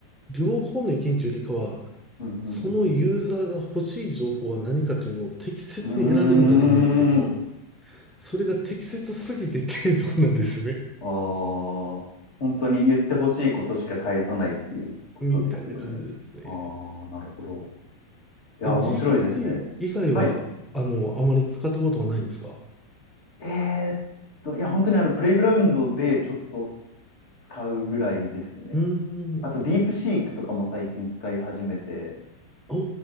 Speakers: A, in the centre; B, on the left.
A: 両方の意見というよりかは、
B: うん、うん、
A: そのユーザーが欲しい情報は何かというのを適切に選んでるんだと思うんですけど、
B: うん、うん。うーん。
A: それが適切すぎてっていうとこなんですよね。
B: ああ、本当に言ってほしいことしか返さないっていうことですよね。
A: <laughs> みたいな感じですね。
B: ああ、なるほど。いや、
A: え、
B: 面白いですね。
A: GPT 以外は、
B: はい。
A: あの、あまり使ったことはないんですか
B: えーっと、いや、本当にあの、プレイグラウンドでちょっと使うぐらいですね。
A: うー
B: あと、
A: ん。
B: ディープシークとかも最近使い始めて、
A: お